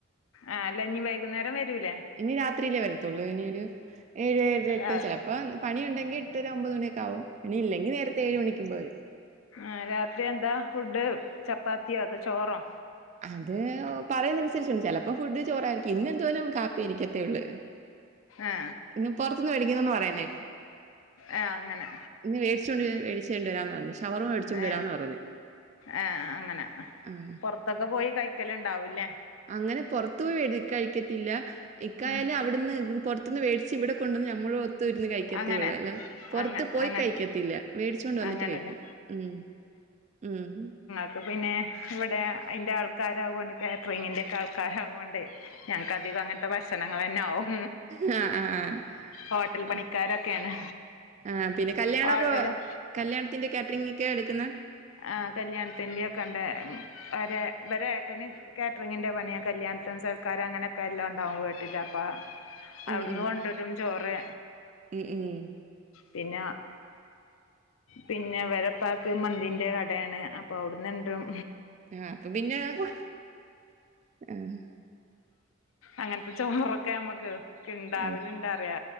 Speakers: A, on the left; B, on the right.
A: ആഹ് അല്ലെങ്കി വൈകുന്നേരം വരൂലെ
B: ഇനി രാത്രിയിലേ വരത്തൊള്ള് ഇനി ഒരു ഏഴ് ഏഴര എട്ട്
A: ആ
B: ചെ - ഇപ്പ പണിയുണ്ടെങ്കി എട്ടര ഒമ്പത് മണിയൊക്കെ ആവും പണിയില്ലെങ്കി നേരത്തെ ഏഴ് മണിക്കുമ്പെ വെരും
A: ആഹ് രാത്രി എന്താ ഫുഡ് ചപ്പാത്തിയോ അതോ ചോറൊ
B: അത് പറയുന്നനുസരിച്ചാണ് ചെലപ്പോ ഫുഡ് ചോറായിരിക്കും ഇന്നെന്തായാലും കാപ്പി ആരിക്കത്തേ ഉള്ള്
A: ആ
B: ഇന്ന് പൊറത്തുന്ന് മേടിക്കുന്നെന്ന് പറയുന്നെ
A: ആ അങ്ങനെ
B: ഇന്ന് വേടിച്ചോണ്ടര വേടിച്ചോ ണ്ടരാന്ന് പറഞ്ഞ് ശ് ഷവർമ വേടിച്ചൊണ്ടരാന്ന്
A: ഏ
B: പറഞ്ഞ്
A: ആ അങ്ങനെ
B: ഉം
A: പുറത്തൊക്കെ പോയി കഴിക്കലുണ്ടാവും ലെ
B: അങ്ങനെ പൊറത്തു പോയി വേടി കഴിക്കത്തില്ല ഇക്കായാലും
A: ഉം
B: അവിടുന്ന് പൊറ ട്ടെന്ന് മേടിച്ച് ഇവടെ കൊണ്ടന്ന് ഞമ്മളൊ ത്തുരുന്ന് കഴിക്കത്തെ
A: അങ്ങനെ
B: ഒള്ളൂ അല്ലാതെ പൊറത്തു
A: അങ്ങ
B: പോയി
A: അങ്ങനെ
B: കഴിക്കത്തില്ല വേടിച്ച് കൊണ്ട് വന്നിട്ട്
A: അങ്ങനെല്ലേ
B: കഴിക്കും ഉം ഉം
A: ഒക്കെ പിന്നെ ഇവിടെ അയ്ൻ്റെ ആൾക്കാരാവൊണ്ട് കാറ്റ്റിങ്ങിൻ്റെ ഒക്കെ ആൾക്കാരാവൊണ്ടെ ഞങ്ങക്ക് അധികം അങ്ങൻത്തെ ഭക്ഷണങ്ങളന്നെ ആവും
B: ഹ്അ ആഹ് ആഹ്
A: ഹോട്ടൽ പണിക്കാരൊക്കെയാണ്
B: ആഹ് ആഹ് പിന്നെ കല്യാണോക്ക
A: ഹോട്ടലും
B: കല്യാണത്തിന്റെ കാറ്ററിങ്ങ്ക്കെ എടുക്ക്ന്ന
A: ആഹ് കല്യാണത്തിന്റെ ഒക്കെണ്ട് വരെ വരെ ഏട്ടന് കേറ്ററിങ്ങിന്റെ പണിയ കല്യാണത്തിനും സൽക്കാരം അങ്ങനെയൊക്കെ എല്ലാം ണ്ടാവും വീട്ടില്ലാപ്പ അവിടന്ന്
B: ഉം ഉം
A: കൊണ്ടരും ചോറ്
B: ഉം ഉം
A: പിന്ന പിന്ന ഇവരെ ഉപ്പാക്ക് മ ന്തിന്റെ കടയേണ് അപ്പൊ അവിടന്ന് എന്തും
B: ആഹ് അപ്പൊ പിന്നെ കൊഴ ആഹ്
A: അങ്ങനത്തെ ചോറൊക്കെ നമ്മുക്ക് കിണ്ടാവലുണ്ടാറിയ
B: ആഹ്